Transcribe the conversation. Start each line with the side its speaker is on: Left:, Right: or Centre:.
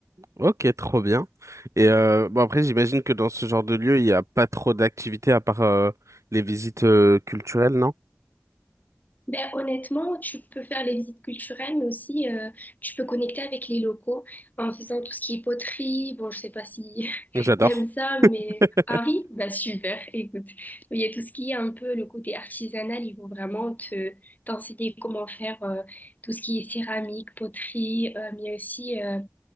Right: Ok, trop bien. Et euh, bon après, j'imagine que dans ce genre de lieu, il n'y a pas trop d'activités à part euh, les visites euh, culturelles, non?
Left: Ben, honnêtement, tu peux faire les visites culturelles, mais aussi euh, tu peux connecter avec les locaux en faisant tout ce qui est poterie. Bon, je sais pas si <laughs>
Right: J'adore.
Left: t'aimes ça, mais
Right: <laughs>
Left: ah oui, ben super, <laughs> écoute. Il y a tout ce qui est un peu le côté artisanal, ils vont vraiment te t'enseigner comment faire euh, tout ce qui est céramique, poterie, euh, mais aussi... euh,